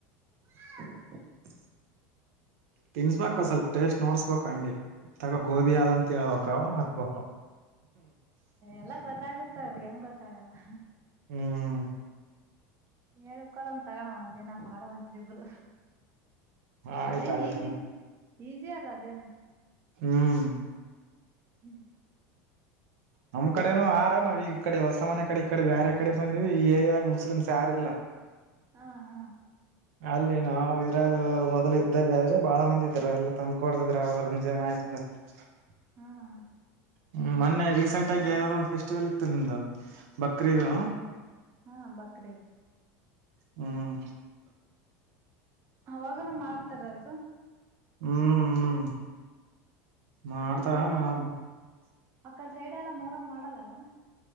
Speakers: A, on the right; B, on the right.
A: <unintelligible>
B: ತಿನ್ನಿಸಬೇಕು ಸ್ವಲ್ಪ ಟೇಸ್ಟ್ ನೋಡ್ಸ್ಬೇಕು ಹಂಗೆ ತಗೋ ಗೋಬಿ ಆದಂತ ಕೆಳ್ಬೇಕವ ಹಾಕ್ಬೇಕು
A: ಎಲ್ಲ ಗೊತ್ತಾಗುತ್ತೆ ಗೊತ್ತ ಅವಗೆ ಹೆಂಗ್ ಗೊತ್ತಾಗಲ್ಲಾ
B: ಹ್ಮ್
A: ಹೇಳ ಕೋಳನ್ ತಗೋಣ ಒಂದ ದಿನ ಮಾಡವಂತ್ರಿ ಇಬ್ರು
B: ಆಯ್ತ
A: ಅದೇನು
B: ಆಯ್ತಮ್ಮ
A: ಈಜಿ ಈಜಿ ಅದ ಅದೇನು
B: ಹ್ಮ್
A: ಹ್ಮ್
B: ನಮ್ ಕಡೆನೂ ಆರ ನಾವ್ ಈ ಕಡೆ ಹೊಸ ಮನೆ ಕಡೆ ಈ ಕಡೆ ಬ್ಯಾರೆ ಕಡೆ ಬಂದಿವಿ ಈ ಏರಿಯಾದಾಗ ಮುಸ್ಲಿಮಸ್ ಯಾರಿಲ್ಲಾ
A: ಹಾ ಹಾ
B: ಅಲ್ಲಿ ನಾವು ಇದ್ರಾಗ ಮೊದ್ಲು ಇದ್ದಲ್ಲಿ ಆದ್ರೆ ಬಾಳ ಮಂದಿ ಇದ್ರು ಎಲ್ಲಾ ತಂದ್ಕೋಡದ್ರು ಅವಾಗ ರಂಜಾನ ಆಯ್ತು ಅದ್ರ <unintelligible>
A: ಹ್ಮ
B: ಹ್ಮ ಮೊನ್ನೆ ರೀಸೆಂಟ್ ಆಗಿ ಯಾವ್ದೋ ಒಂದು ಫೆಸ್ಟಿವಲ್ ಇತ್ತು ನಿಮ್ದು ಬಕ್ರೀದು
A: ಹಾ ಬಕ್ರೀದ
B: ಹ್ಮ್
A: ಅವಾಗನೂ ಮಾಡ್ತಾರದು
B: ಹ್ಮ್ ಹ್ಮ್ ಮಾಡ್ತಾರ
A: ಅಕ್ಕರೆ ಸೈಡೆ ಎಲ್ಲ
B: ನಾವು
A: ಆಕಡೆ ಸೈಡ ಎಲ್ಲ ಮೊಹರಮ್ ಮಾಡಲ್ಲ ಅಲ್ಲವ